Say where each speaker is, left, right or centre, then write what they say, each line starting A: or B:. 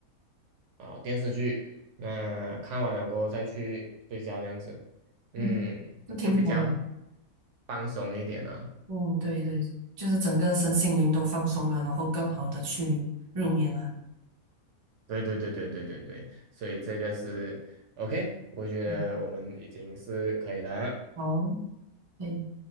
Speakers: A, on the right; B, on the right.
A: 啊、电视剧。那看完了过后再去睡觉，这样子，嗯，
B: 嗯，那挺好的。
A: 就比较放松一点了。
B: 嗯，对对，就是整个身心灵都放松了，然后更好的去入眠了。
A: 对对对对对对对，所以这个是 OK，我觉得我们已经是可以了。
B: 嗯，好。可以。